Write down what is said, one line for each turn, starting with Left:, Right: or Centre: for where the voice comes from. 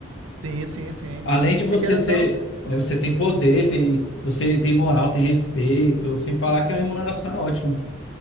Right: Sim, sim, sim.
Left: Além de você
Right: E querendo
Left: ser,
Right: ou não,
Left: é, você tem poder, tem, você tem moral, tem respeito, sem falar que a remuneração é ótima.